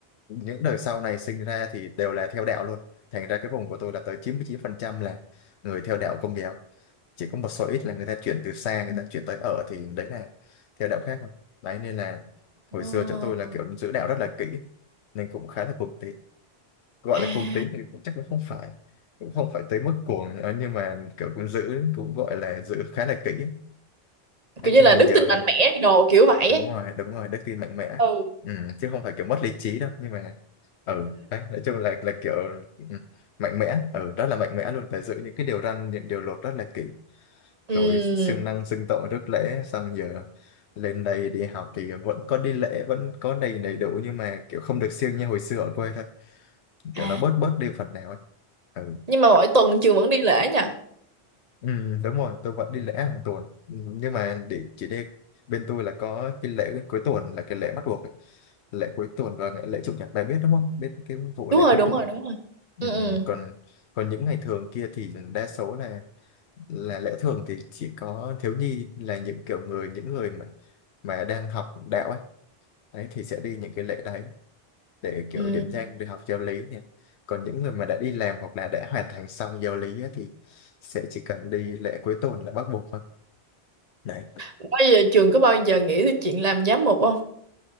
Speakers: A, on the left; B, on the right.
A: những đời sau này sinh ra thì đều là theo đạo luôn thành ra cái vùng của tôi là tới chín chín mươi chín phần trăm là người theo đạo Công giáo chỉ có một số ít là người ta chuyển từ xa người ta chuyển tới ở thì đấy là theo đạo khác thôi đấy nên là hồi
B: Ờ.
A: xưa chỗ tôi là kiểu giữ đạo rất là kỹ nên cũng khá là cuồng tín gọi
B: À,
A: là cuồng tín thì cũng chắc là không phải cũng không phải tới mức cuồng nữa nhưng mà kiểu cũng giữ cũng gọi là giữ khá là kỹ đấy,
B: kiểu như
A: nhưng
B: là
A: mà
B: đức
A: giờ
B: tin mạnh mẽ đồ kiểu vậy
A: đúng
B: ấy.
A: rồi đúng rồi đức tin mạnh mẽ
B: ừ
A: ừ, chứ không phải kiểu mất lý trí đâu nhưng mà ừ đấy nói chung là là kiểu ừ, mạnh mẽ ừ rất là mạnh mẽ luôn phải giữ những cái điều răn những điều luật rất là kỹ
B: Ừm.
A: rồi siêng năng xưng tội rước lễ xong giờ lên đây đi học thì vẫn có đi lễ vẫn có đầy đầy đủ nhưng mà kiểu không được siêng như hồi xưa ở quê thôi kiểu
B: À.
A: nó bớt bớt đi phần nào ấy ừ.
B: Nhưng mà mỗi tuần trường vẫn đi lễ nha.
A: Ừ, đúng rồi, tôi vẫn đi lễ hàng tuần Ừ, nhưng mà để chỉ đi bên tôi là có cái lễ cuối tuần là cái lễ bắt buộc ấy. lễ cuối tuần và ngày- lễ chủ nhật bà biết đúng không biết cái vụ
B: Đúng
A: lễ
B: rồi,
A: cuối
B: đúng
A: tuần
B: rồi, đúng rồi. Ừ
A: ừ,
B: ừ.
A: ừ. còn còn những ngày thường kia thì đa số là là lễ thường thì chỉ có thiếu nhi là những kiểu người những người mà mà đang học đạo ấy đấy thì sẽ đi những cái lễ đấy để kiểu
B: Ừ.
A: điểm danh để học giáo lý nè còn những người mà đã đi làm hoặc là đã hoàn thành xong giáo lý ấy, thì sẽ chỉ cần đi lễ cuối tuần là bắt buộc thôi Đấy,
B: Bao giờ trường có bao giờ nghĩ tới chuyện làm giám mục không?